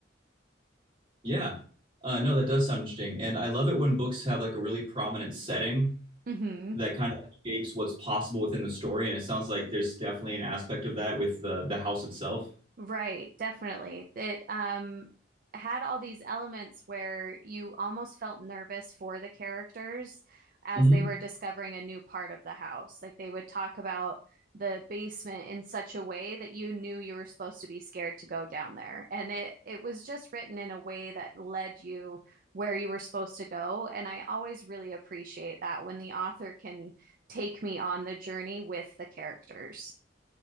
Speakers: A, on the right (about 30°); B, on the right (about 50°).
A: Yeah. Uh, no, that does sound interesting. And I love it when books have like a really prominent setting
B: hmm
A: that kind of like, shapes what's possible within the story. And it sounds like there's definitely an aspect of that with the the house itself.
B: Right, definitely. It um had all these elements where you almost felt nervous for the characters as
A: hmm
B: they were discovering a new part of the house. Like they would talk about the basement in such a way that you knew you were supposed to be scared to go down there. And it it was just written in a way that led you where you were supposed to go. And I always really appreciate that when the author can take me on the journey with the characters.